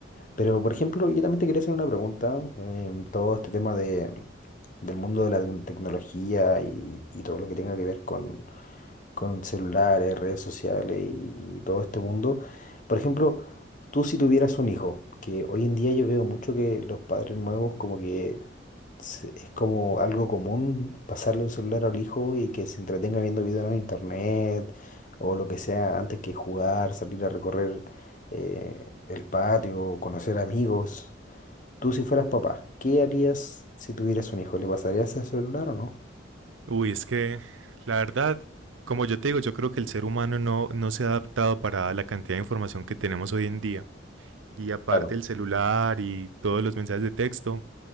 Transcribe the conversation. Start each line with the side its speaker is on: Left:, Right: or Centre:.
Left: Pero, por ejemplo, yo también te quería hacer una pregunta. em, todo este tema de, del mundo de la tecnología y, y todo lo que tenga que ver con, con celulares, redes sociales y, y todo este mundo. Por ejemplo, tú si tuvieras un hijo, que hoy en día yo veo mucho que los padres nuevos como que se- es como algo común pasarle un celular al hijo y que se entretenga viendo videos en internet o lo que sea antes que jugar, salir a recorrer eh, el patio, conocer amigos. Tú si fueras papá, ¿qué harías si tuvieras un hijo? ¿Le pasarías el celular o no?
Right: Uy, es que la verdad, como yo te digo, yo creo que el ser humano no, no se ha adaptado para la cantidad de información que tenemos hoy en día. Y aparte
Left: Claro.
Right: el celular y todos los mensajes de texto